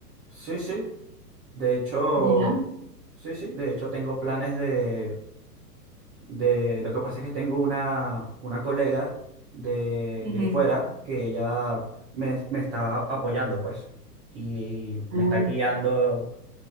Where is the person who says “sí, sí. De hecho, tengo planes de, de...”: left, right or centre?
Right